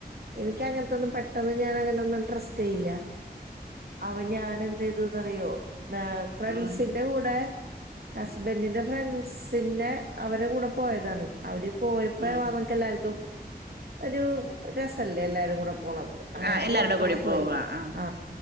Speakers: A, on the right; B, on the right.
A: എനിക്ക് അങ്ങനത്തൊന്നും പെട്ടെന്ന് ഞൻങ്ങനൊന്നും ട്രസ്റ്റ് ചെയ്യില്ല അവ ഞാൻ എന്തേതുന്ന്റിയോ ഫ്രണ്ട്സി
B: ഉം
A: കൂടെ ഹസ്ബൻ റ്റിന്റെ ഫ്രണ്ട്സിന്റെ അവരുടെ കൂടെ പോയതാണ് അവര് പോയപ്പോ
B: ഉം
A: നമക്ക് എല്ലാവർക്കും ഒരു രസല്ലേ എല്ലാരും കൂടെ പോണത് അങ്ങനെ
B: ആഹ് എല്ലാരുടെ
A: പോവാന്നോണ്ട്
B: കൂടി
A: പോയി
B: പോവ ആഹ്
A: ആ